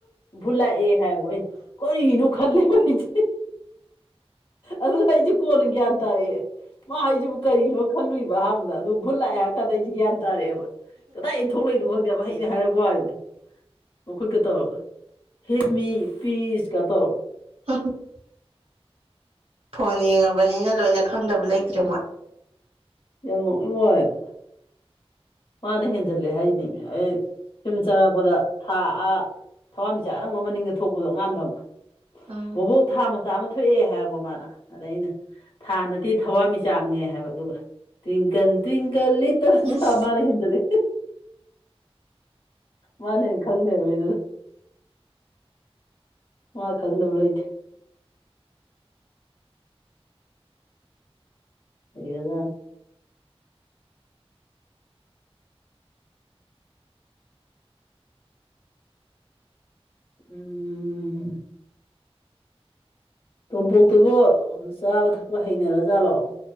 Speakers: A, on the left (about 55°); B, on the right (about 75°).
A: ꯚꯨꯠꯂꯛꯑꯦ ꯍꯥꯏꯕ ꯑꯩ ꯀꯔꯤꯅꯣ ꯈꯜꯂꯦꯕꯁꯦ ꯑꯗꯨ ꯑꯩꯁꯦ ꯀꯣꯟꯅ ꯒ꯭ꯌꯥꯟ ꯇꯥꯔꯛꯑꯦ ꯃꯥ ꯍꯥꯏꯁꯤꯕꯨ ꯀꯔꯤꯅꯣ ꯈꯜꯂꯨꯏꯕ ꯑꯍꯥꯟꯕꯗ ꯑꯗꯨꯝ ꯐꯨꯠ ꯂꯥꯛꯑꯦ ꯍꯥꯏꯔ ꯀꯥꯟꯗ ꯑꯩꯁꯦ ꯒ꯭ꯌꯥꯟ ꯇꯥꯔꯑꯦ ꯀꯗꯥꯏꯗꯒꯤꯟ ꯊꯣꯛꯂꯛꯏꯅꯣ ꯈꯪꯗꯦꯕ ꯍꯩꯅ ꯍꯥꯏꯔꯛꯄ ꯋꯥ ꯍꯥꯏꯅꯤꯗ ꯃꯈꯣꯏ ꯀ ꯇꯧꯔꯂ ꯍꯦꯞꯃꯤ ꯄꯤꯁ ꯀ ꯇꯧꯔꯦ
B: <unintelligible> ꯐꯣꯟ ꯌꯦꯡꯉꯕꯅꯤꯅ ꯂꯣꯏꯅ ꯈꯪꯗꯕ ꯂꯩꯇ꯭ꯔꯦ ꯃꯣꯏ
A: ꯌꯥꯝ ꯅꯣꯛꯅꯤꯡꯕ ꯋꯅꯤꯗ ꯃꯥꯅ ꯍꯦꯟꯖꯜꯂꯦ ꯍꯥꯏꯅꯤꯅꯦ ꯑꯦ ꯁꯨꯝ ꯆꯪꯉꯛꯄꯗ ꯊꯥꯛꯑ ꯊꯋꯥꯟꯃꯤꯆꯆꯥ ꯑꯅꯪꯕ ꯃꯅꯤꯡꯗ ꯊꯣꯛꯄꯗꯣ ꯉꯉꯥꯟꯕ
B: ꯎꯝ
A: ꯕꯣꯕꯣꯛ ꯊꯥ ꯃꯆꯥ ꯑꯃ ꯊꯣꯛꯑꯦ ꯍꯥꯏꯔꯛꯄꯣ ꯃꯥꯅ ꯑꯗ ꯑꯩꯅ ꯊꯥꯅꯠꯇꯦ ꯊꯋꯥꯟꯃꯤꯆꯥꯛꯅꯦ ꯍꯥꯏꯕ ꯑꯗꯨꯒ ꯇ꯭ꯋꯤꯡꯀꯜ ꯇ꯭ꯋꯡꯀꯜ ꯂꯤꯠ
B: ꯏꯁ
A: ꯂꯣꯏ ꯍꯦꯟꯖꯥꯜ ꯂꯩ ꯃꯥꯅ ꯍꯦꯟꯅ ꯈꯪ ꯂꯧꯔꯝꯃꯦ ꯑꯗꯨꯒ ꯋꯥ ꯀ ꯑꯗꯨꯗ ꯅꯕ ꯂꯩꯣꯏꯦ ꯁꯤꯒꯗ ꯎꯝ ꯎꯝ ꯇꯣꯝꯄꯣꯛꯇꯨꯕꯨ ꯆꯥꯕ ꯊꯛꯄ ꯍꯩꯅꯔꯖꯥꯠꯂꯣ